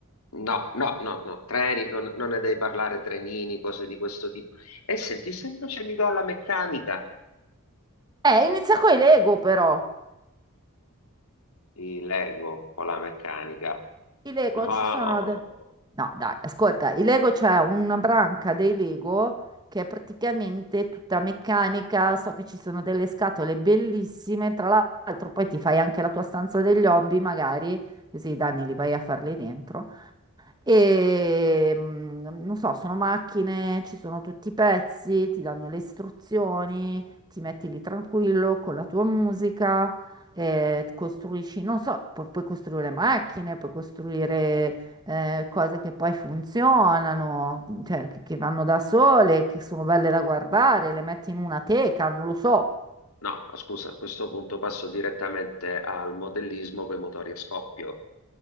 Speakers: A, on the left; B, on the right.
A: no, no, no, no, treni, non, non ne devi parlare, trenini, cose di questo tipo. E senti, se invece mi do alla meccanica,
B: Eh, inizia con i Lego però.
A: mi leggo con la meccanica.
B: I Lego
A: No,
B: ci sono... No, dai, ascolta, il Lego c'è una branca dei Lego che è praticamente tutta meccanica, so che ci sono delle scatole bellissime, tra l'altro poi ti fai anche la tua stanza degli hobby magari, così i danni li vai a farli dentro. E mm, non so, sono macchine, ci sono tutti i pezzi, ti danno le istruzioni, ti metti lì tranquillo con la tua musica, eh, costruisci, non so, pu- puoi costruire macchine, puoi costruire eh, cose che poi funzionano, cioè che, che vanno da sole, che sono belle da guardare, le metti in una teca, non lo so.
A: no, scusa, a questo punto passo direttamente al modellismo con i motori a scoppio.